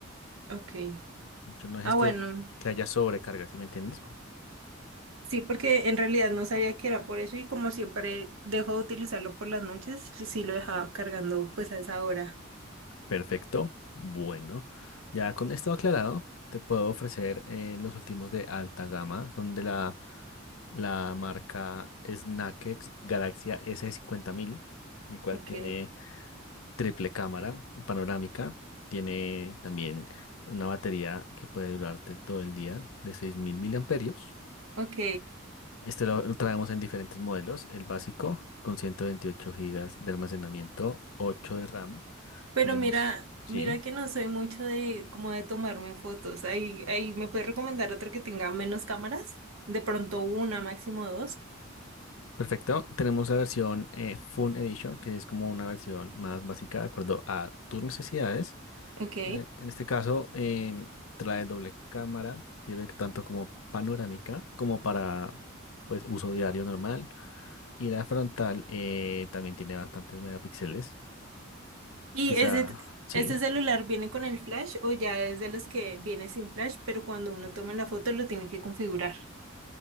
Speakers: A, on the right (about 85°); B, on the left (about 85°).
A: Ok.
B: Mucho no dejes
A: Ah, bueno.
B: que, que haya sobrecarga, ¿sí me entiendes?
A: Sí, porque en realidad no sabía que era por eso y como siempre dejo de utilizarlo por las noches, sí sí lo dejaba cargando pues a esa hora.
B: Perfecto. Bueno, ya con esto aclarado, te puedo ofrecer eh, los últimos de alta gama. Son de la, la marca Snakex Galaxia s cincuenta mil, el cual
A: Ok,
B: tiene triple cámara panorámica. Tiene también una batería que puede durarte todo el día de 6.000 miliamperios.
A: ok.
B: Este lo lo traemos en diferentes modelos. El básico con 128 gigas de almacenamiento, 8 de RAM.
A: Pero
B: Tenemos,
A: mira,
B: sí,
A: mira que no soy mucho de como de tomarme fotos. Ahí, ahí me puedes recomendar otro que tenga menos cámaras, de pronto una, máximo dos.
B: perfecto. Tenemos la versión eh, Fun Edition, que es como una versión más básica de acuerdo a tus necesidades.
A: Ok.
B: En, e- en este caso, em, trae doble cámara, sirve tanto como panorámica como para pues, uso diario normal. Y la frontal eh, también tiene bastantes megapíxeles.
A: ¿Y
B: Quizá,
A: ese,
B: sí.
A: ese celular viene con el flash o ya es de los que viene sin flash, pero cuando uno toma la foto lo tiene que configurar?